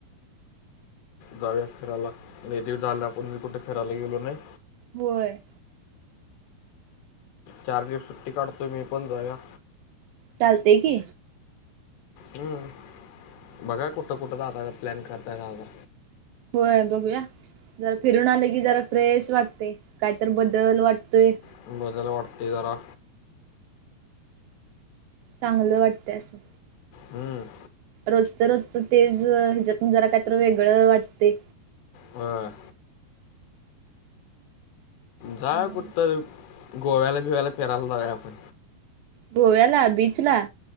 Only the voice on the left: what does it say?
जाऊया फिरायला लय दिवस झालय आपण बी कुठ फिरायला गेलो नाही.
चार दिवस सुट्टी काढतो मी पण जाऊया.
हम बघा कुठं कुठं दादा काय प्लॅन करता हाय दादा
म जरा बदल वाटतय जरा
हम
व्हय जाऊया
कुठतर गोव्याला बिव्याला फिरायला जाऊया आपण